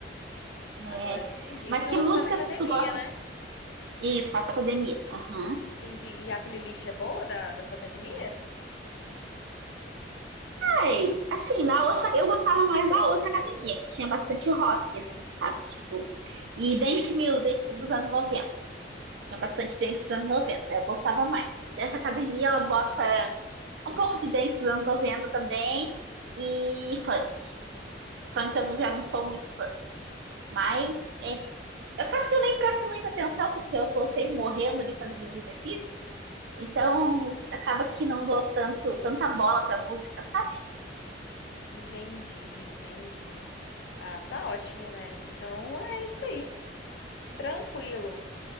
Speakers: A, on the left (about 65°); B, on the right (about 65°).
A: Agora
B: É.
A: eu entendi.
B: Mas
A: Então
B: que
A: você
B: músicas
A: faz academia,
B: que tu gosta
A: né?
B: Isso, faço academia. Aham.
A: Entendi. E a playlist é boa da, da sua academia?
B: Ai, assim, na outra, eu gostava mais da outra academia, que tinha bastante rock, assim, sabe? Tipo, e dance music dos anos 90. Tinha bastante dance dos anos 90. eu gostava mais. Dessa academia, ela bota um pouco de dance dos anos 90 também e funk. Funk eu não- já não sou muito fã, mas é, eu acabo que eu nem presto muita atenção, porque eu tô sempre morrendo ali fazendo meus exercícios. Então, acaba que não dou tanto, tanta bola pra música, sabe?
A: Entendi, entendi. Ah, tá ótimo, né? Então é isso aí, tranquilo.